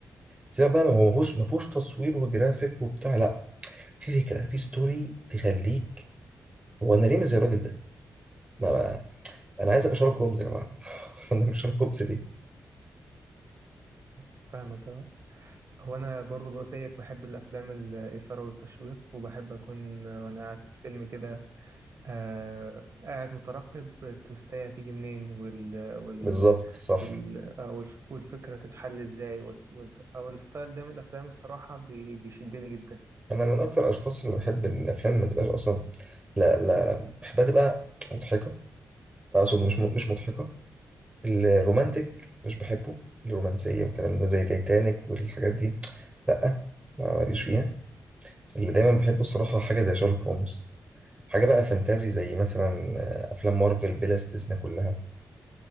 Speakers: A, on the right; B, on the right.
A: سيبك بقى ما هو ما فيهوش ما فيهوش تصوير وجرافيك وبتاع لا في فكره في ستوري تخليك هو انا ليه مش زي الراجل ده؟ ما انا عايز ابقى شارلوك هومز يا جماعه <laughs> انا مش شارلوك هومز ليه؟
B: فاهمك اه هو انا برضو بقول زيك بحب الافلام الاثارة والتشويق وبحب اكون آه، وانا قاعد في الفيلم كده آه قاعد مترقب التوستاية هتيجي منين وال وال
A: بالظبط صح
B: وال آه، والف- والفكرة تتحل ازاي وال... وال... فهو الستايل ده من الافلام الصراحة بي... بيشدني جدا
A: انا من اكتر الاشخاص اللي بحب ان الافلام ما تبقاش اصلا لا لا بحبها تبقى مضحكه اقصد مش م- مش مضحكه الرومانتك مش بحبه الرومانسيه والكلام ده زي تايتانيك والحاجات دي لا ما ماليش فيها اللي دايما بحبه الصراحه حاجه زي شارلوك هومز حاجه بقى فانتازي زي مثلا آه، افلام مارفل بلا استثناء كلها